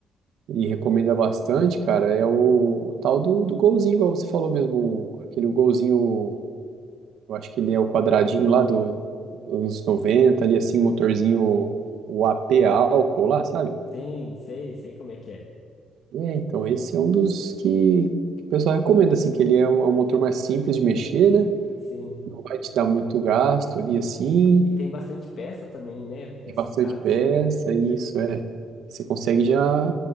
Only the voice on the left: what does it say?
Sim, sei, sei como é que é.
Sim.
E tem bastante peça também, né? Esses
carros